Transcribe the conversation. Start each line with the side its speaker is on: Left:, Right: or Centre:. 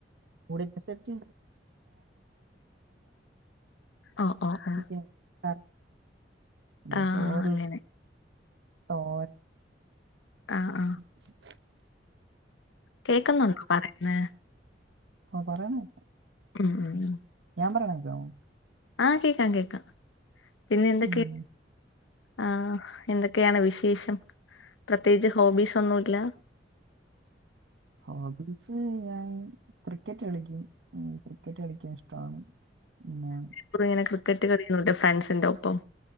Right: കൂടനുസരിച്ച്
Left: ഓ ഓ ഓ
Right: <unintelligible> ആ <unintelligible> പിന്നെ
Left: ആ ആ
Right: ചോറ്
Left: അങ്ങനെ
Right: തോരൻ
Left: ആഹ് ആഹ്
Right: <inaudible>
Left: കേക്കുന്നുണ്ടോ പറയിന്നെ
Right: ആ പറയാണ കേക്കാം
Left: ഉം ഉം ഉം
Right: ഞാൻ പറയുന്നത് കേക്കാമോ
Left: ആഹ് കേക്കാം കേക്കാം പിന്നെ എന്തൊക്കെ-
Right: ഉം.
Left: ആഹ് എന്തൊക്കെയാണ് വിശേഷം പ്രത്യേകിച്ച് ഹോബീസ് ഒന്നുമില്ല
Right: ഹോബീസ് ഞാൻ ക്രിക്കറ്റ് കളിക്കും ക്രിക്കറ്റ് കളിക്കാൻ ഇഷ്ടമാണ് പിന്നെ -
Left: ഇവിടെ അങ്ങനെ ക്രിക്കറ്റ് കളിയുന്നുെ ഫ്രണ്ട്സിന്റെ ഒപ്പം